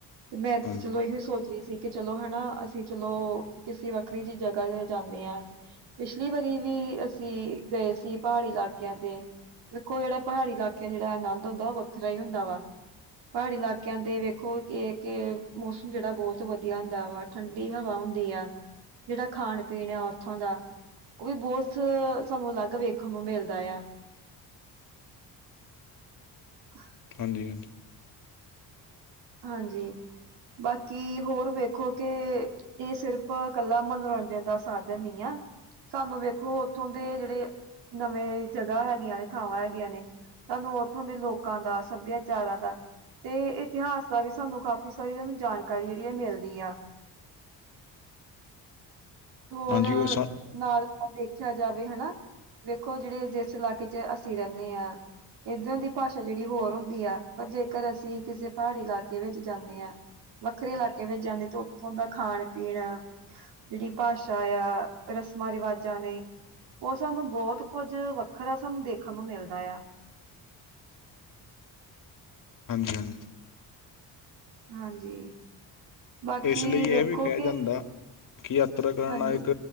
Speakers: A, on the right (about 80°); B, on the left (about 50°).
A: ਤੇ ਮੈਂ
B: ਹਾਂਜੀ
A: ਤੇ ਚਲੋ ਇਹੋ ਸੋਚ ਰਹੀ ਕਿ ਚਲੋ ਹਨਾ, ਅਸੀਂ ਚਲੋ, ਕਿਸੀ ਵੱਖਰੀ ਜਿਹੀ ਜਗ੍ਹਾ ਤੇ ਜਾਂਦੇ ਹਾਂ। ਪਿਛਲੀ ਵਾਰੀ ਵੀ ਅਸੀਂ, ਗਏ ਸੀ ਪਹਾੜੀ ਇਲਾਕਿਆਂ ਤੇ। ਵੇਖੋ, ਜਿਹੜਾ ਪਹਾੜੀ ਇਲਾਕਿਆਂ ਜਿਹੜਾ ਆਨੰਦ ਹੁੰਦਾ, ਉਹ ਵੱਖਰਾ ਹੀ ਹੁੰਦਾ ਵਾ। ਪਹਾੜੀ ਇਲਾਕਿਆਂ ਦੇ ਵੇਖੋ ਕੇ - ਕੇ, ਮੌਸਮ ਜਿਹੜਾ ਬਹੁਤ ਵਧੀਆ ਹੁੰਦਾ ਵਾ। ਠੰਡੀ ਹਵਾ ਹੁੰਦੀ ਆ, ਜਿਹੜਾ ਖਾਣ ਪੀਣ ਆ ਉੱਥੋਂ ਦਾ। ਉਹ ਵੀ <unintelligible> ਬਹੁਤ ਸਾਨੂੰ ਅਲੱਗ ਵੇਖਣ ਨੂੰ ਮਿਲਦਾ ਆ। <inaudible>
B: ਹਾਂਜੀ!
A: ਹਾਂਜੀ! ਬਾਕੀ ਹੋਰ ਵੇਖੋ ਕਿ ਇਹ ਸਿਰਫ, ਕੱਲਾ ਮਨੋਰੰਜਨ ਦਾ ਸਾਧਨ ਨਹੀਂ ਆ। ਸਾਨੂੰ ਵੇਖੋ ਉੱਥੋਂ ਦੇ, ਜਿਹੜੇ ਨਵੇਂ ਜਗ੍ਹਾ ਹੈਗੀਆਂ ਨੇ ਥਾਵਾਂ ਹੈਗੀਆਂ ਨੇ ਸਾਨੂੰ ਉੱਥੋਂ ਦੇ ਲੋਕਾਂ ਦਾ, ਸੱਭਿਆਚਾਰਾਂ ਦਾ, ਤੇ ਇਤਿਹਾਸ ਦਾ ਵੀ ਸਾਨੂੰ ਕਾਫ਼ੀ ਸਾਰੀਆ ਨੂੰ ਜਾਣਕਾਰੀ ਜਿਹੜੀ ਆ, ਮਿਲਦੀ ਆ। ਹੋਰ,
B: ਹਾਂਜੀ ਉਹ ਸ
A: ਨਾਲ ਅ ਦੇਖਿਆ ਜਾਵੇ, ਹਨਾ। ਵੇਖੋ, ਜਿਹੜੇ ਜੀਸ ਇਲਾਕੇ ਚ ਅਸੀਂ ਰਹਿੰਨੇ ਆ। ਇੱਧਰੋਂ ਦੀ ਭਾਸ਼ਾ ਜਿਹੜੀ ਹੋਰ ਹੁੰਦੀ ਆ, ਪਰ ਜੇਕਰ ਅਸੀਂ ਕਿਸੇ ਪਹਾੜੀ ਇਲਾਕੇ ਵਿੱਚ ਜਾਂਣੇ ਹਾਂ ਵੱਖਰੇ ਇਲਾਕੇ ਵਿੱਚ ਜਾਂਦੇ ਤੇ ਉੱਥੋਂ ਦਾ, ਖਾਣ -ਪੀਣ ਜਿਹੜੀ ਭਾਸ਼ਾ ਯਾ, ਰਸਮਾਂ ਰਿਵਾਜਾਂ ਨੇ ਉਹ ਸਾਨੂੰ ਬਹੁਤ ਕੁੱਝ ਵੱਖਰਾ, ਸਾਨੂੰ ਦੇਖਣ ਨੂੰ ਮਿਲਦਾ ਆ।
B: ਹਾਂਜੀ- ਹਾਂਜੀ!
A: ਹਾਂਜੀ! ਬਾਕੀ
B: ਇਸ ਲਈ
A: ਵੇਖੋ
B: ਇਹ ਵੀ ਕਿਹਾ
A: ਕਿ
B: ਜਾਂਦਾ, ਕਿ ਯਾਤਰਾ ਕਰਨਾ
A: ਹਾਂਜੀ
B: ਇੱਕ